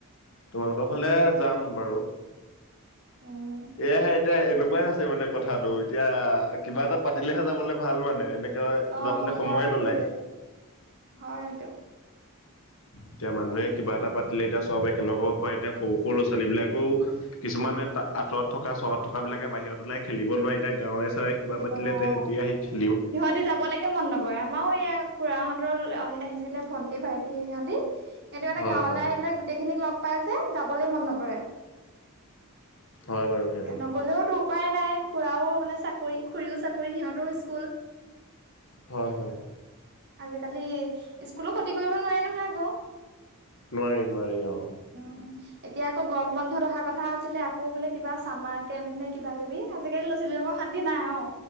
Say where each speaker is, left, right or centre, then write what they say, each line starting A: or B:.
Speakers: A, on the left; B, on the right.
A: তোমালোকৰ ফালে যাম বাৰু
B: উম
A: এয়াহে এতিয়া এনেকোৱাই হৈছে মানে কথাটো এতিয়া কিবা এটা পাতিলেহে যাবলৈ ভাল মানে এনে কৈ
B: অ
A: যাবলে
B: হয়
A: সময়ে নোলাই
B: সেইটোৱে হয় সেইটো
A: এতিয়া মানুহে
B: তাকেহে
A: কিবা এটা পাতিলে এতিয়া সব একেলগৰ পৰা এতিয়া সৰু সৰু ল'ৰা ছোৱালীবিলাকেও কিছুমানে তা আঁতৰত থকা চহৰত থকা বিলাকে বাহিৰত ওলাই খেলিব নোৱাৰে এতিয়া গাঁৱৰে বায়ে কিবা
B: খেলিব
A: পাতিলে
B: নোৱাৰে
A: ত
B: অ
A: সেহতিও আহিছে
B: সিহঁতি যাবলৈকে মন নকৰে আমাৰো এইয়া খুৰাহঁতৰ আহ আহিছিলে ভণ্টি ভাইটি সিহঁতি কিন্তু মানে
A: হয়
B: গাঁৱলৈ
A: হয়।
B: আহি গোটেই খিনিক লগ পাই যে যাবলৈ মন নকৰে
A: হয় বাৰু সেইটো
B: এ নগলেওতো উপায় নাই খুৰাও মানে চাকৰি খুৰীও চাকৰি সিহঁতৰও স্কুল
A: হয় হয়।
B: আজিকালি স্কুলো কখতি কৰিব নোৱাৰে নহয় আকৌ
A: নোৱাৰি নোৱাৰি অ
B: উম এতিয়া আকৌ গৰম বন্ধত অহা কথা আছে আছিলে আকৌ বোলে কিবা চামাৰ কেম্প নে কিবা কিবি আজিকালি ল'ৰা ছোৱালী লগক শান্তি নাই অ